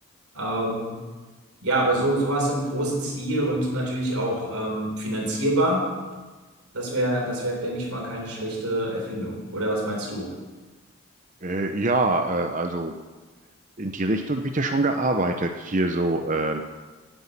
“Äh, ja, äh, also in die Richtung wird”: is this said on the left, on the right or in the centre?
Right